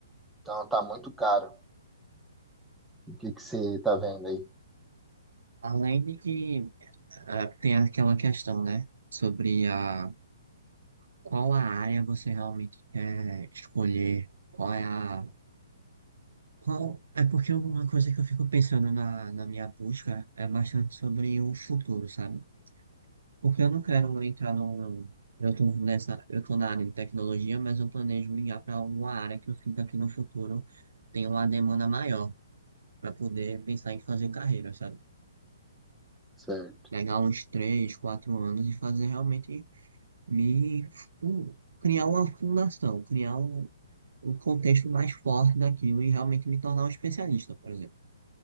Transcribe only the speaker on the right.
Além de que eh, tem aquela questão, né, sobre a qual a área você realmente quer escolher, qual é a Qual, é porque uma coisa que eu fico pensando na, na minha busca é bastante sobre o futuro, sabe? Porque eu não quero entrar num. Eu tô nessa, eu tô na área de tecnologia, mas eu planejo migrar para alguma área que eu sinta que no futuro tem uma demanda maior para poder pensar em fazer carreira, sabe?
Pegar uns três, quatro anos e fazer realmente me fu- criar uma fundação, criar um, um contexto mais forte daquilo e realmente me tornar um especialista, por exemplo.